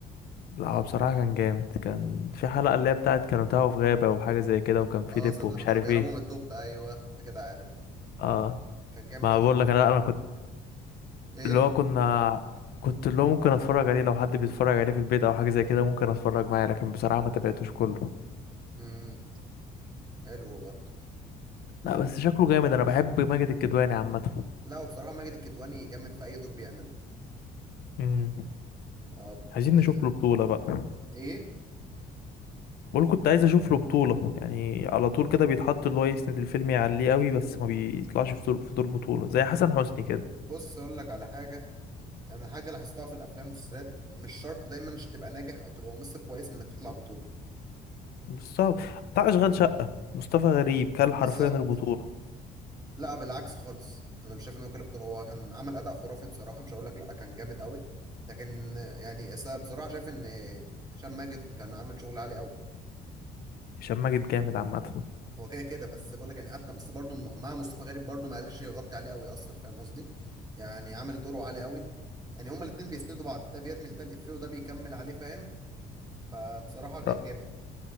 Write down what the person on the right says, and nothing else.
اه
ساعة
لما كانوا
بيهربوا
من الدب ايوه انت كده عارف بقى.
كان جامد
اوي
شفت
في الاخر
ايه
امم حلو برضه
لا وبصراحة ماجد الكدواني جامد في اي دور بيعمله
طب
ال...
ايه
بص اقول لك على حاجة يعني حاجة لاحظتها في الافلام والمسلسلات مش شرط دايما عشان تبقى ناجح او تبقى ممثل كويس انك تطلع بطولة
بالظبط
لا بالعكس خالص انا مش شايف ان هو كان بطولة هو كان عمل اداء خرافي بصراحة مش هقول لك لا كان جامد قوي لكن يعني بصراحة شايف ان هشام ماجد كان عامل شغل عالي قوي
هو كده كده بس بقول لك يعني حتى بس برضه مع مصطفى غريب برضه ما قدرش يغطي عليه قوي يأثر فاهم قصدي يعني عامل دوره عالي قوي يعني هما الاتنين بيسندوا بعض ده بيرمي ده الإفيه وده بيكمل عليه فاهم فبصراحة كان
جامد